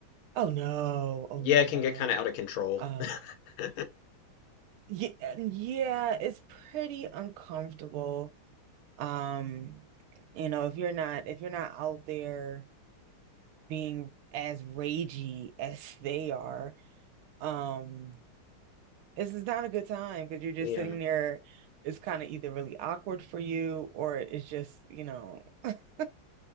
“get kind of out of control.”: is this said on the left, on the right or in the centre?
Left